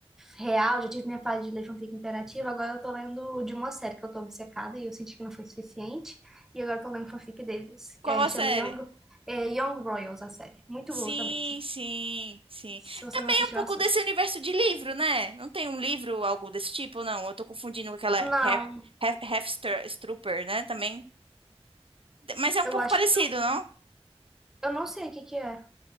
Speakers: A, in the centre; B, on the right.
A: real, já tive minha fase de ler fanfic interativa, agora eu tô lendo de uma série que eu tô obcecada e eu senti que não foi suficiente. E agora eu tô lendo fanfic deles.
B: Qual
A: É,
B: a
A: chama
B: série?
A: Young, é, Young Royals, a série. Muito
B: Sim,
A: boa também. Se
B: sim, sim.
A: se você
B: Também
A: não assistiu,
B: é um pouco
A: assista.
B: desse universo de livro, né? Não tem um livro, algo desse tipo, não? Eu tô confundindo com aquela
A: Não,
B: Hef- Hef- Hefstrooper, né? Também. Mas é um
A: eu
B: pouco
A: acho
B: parecido,
A: que não.
B: não?
A: Eu não sei o que que é.